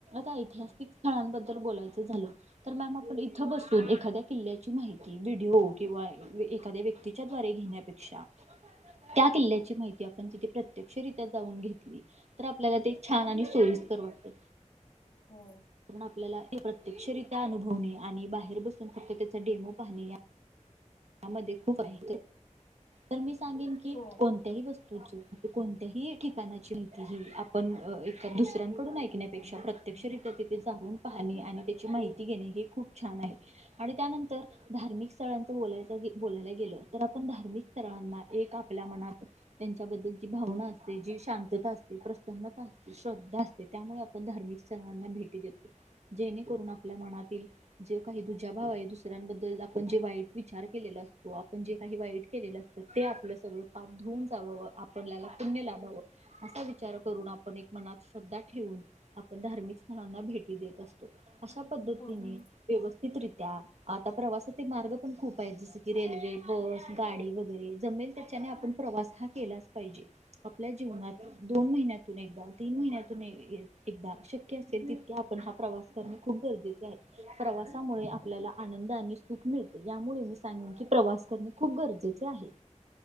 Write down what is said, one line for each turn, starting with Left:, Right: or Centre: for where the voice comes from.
Right: आ ऐतिहासिक
Left: हम्म
Right: स्थळबद्ल बोलायचं झालं तर मॅम, आपण इथं बसून एकद्या किल्ल्याची माहिती व्हिडिओ किंवा एखाद्या व्यक्तीच्या द्वारे घेण्यापेक्षा, त्या किल्ल्याची माहिती आपण तिथे प्रत्यक्षरित्या, जाऊन घेतली तर, आपल्याला ते छान आणि सोईस्कर वाटे.
Left: हो
Right: म्हणून आपल्याला, प्रत्यक्षरित्या अनुभवणे, आणि बाहेर बसून फक्त त्याचा डेमो पाहणे. यामध्ये खूप आहे, तर मी सांगेन की
Left: हो
Right: कोणत्याही
Left: हो मॅम
Right: वस्तूची कोणत्याही ठिकाणाची माहिती ही, आपण एका दुसऱ्यांकडून ऐकण्यापेक्षा प्रत्यक्षरित्या, जऊन पाहणे आणि, त्याची माहिती घेणे हे खूप छान आहे, आणि त्यानंतर धार्मिक स्थळांच बोलायचं, बोलायला गेलं तर आपण धार्मिक, स्ळांना एक आपल्या मनात त्यांच्याबद्दलची भावना असते. जी शांतता, असते प्रसन्नता, असते श्रद्धा, असते त्यामुळे आपण धार्मिक स्थळांना भेटी देतो. जेणेकरून आपल्या मनातील, जे काही दुजा भाव आहे दुसऱ्यांबद्दल आपण जे वाईट, विचार केलेला असतो, आपण जे काही वाईट केलेलं असतं ते आपलं सगळं पाप धुऊून जावं आपल्याला पुण्य लाभाव अस विचार करून आप एक मनात श्रद्धा ठेवून, आपण धार्मिक स्थळना भेट, देत असतो अश पद्धतीने
Left: हो मॅम
Right: व्यवथितरित्या आता प्रवासाचे मार्ग, पण खूप आहेत जस की रेल्वे बस गाडी, वगैरे जमेल त्याच्याने आपण प्रवास हा केलाच पाहिजे. आपल्या जीवनात दोन, महिन्यातून एकदा तीन, महिन्यातून एकदा शक्य असेल तित क आपण हा प्रवास करणे खूप गरजेचे आहे, प्रवासामुळे आपल्याला आनंद आणि सुख मिळत. यामुळे मी सांगेन की, प्रवास करणे खूप गरजेचे आहे.